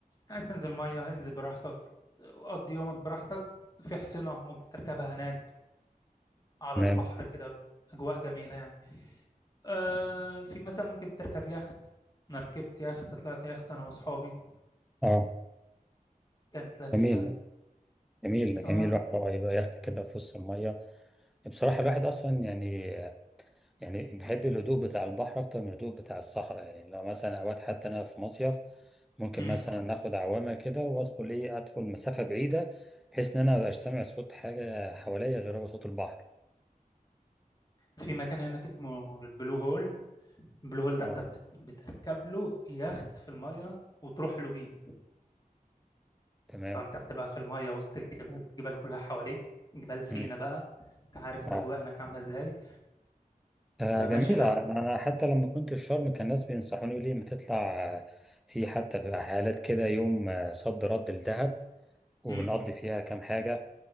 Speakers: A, on the left; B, in the centre.
A: عايز تنزل مية انزل براحتك قضي يومك براحتك في حصينة ممكن تركبها هناك على
B: تمام
A: البحر كده أجواء جميلة يعني آه في مثلا ممكن تركب يخت أنا ركبت يخت طلعت يخت أنا وأصحابي
B: اه
A: كانت لذيذة
B: جميل جميل جميل
A: اه
B: الواحد اه يبقى يخت كده في وسط الميه بصراحه الواحد اصلا يعني يعني بحب الهدوء بتاع البحر أكتر من الهدوء بتاع الصحراء يعني لو مثلا أوقات حتى أنا في مصيف ممكن
A: امم
B: مثلا ناخد عوامة كده وأدخل إيه أدخل مسافة بعيدة بحيث إن أنا مبقاش سامع صوت حاجة حواليا غير هو صوت البحر
A: في مكان هناك اسمه البلو هول البلو هول ده
B: اه
A: انت بت- بتركب له يخت في الميه وتروح له بيه
B: تمام
A: فانت بتبقى في الميه وسط الجبال الجبال كلها حواليك جبال سينا
B: مم.
A: بقى انت عارف الاجواء
B: اه
A: هناك عامله ازاي
B: آه،
A: بتبقى
B: جميلة
A: ماشي لا
B: أنا حتى لما كنت في شرم كان الناس بينصحوني يقولوا لي ما تطلع آه، في حتى بيبقى حالات كده يوم آه، صد رد لدهب وبنقضي
A: امم
B: فيها كام حاجة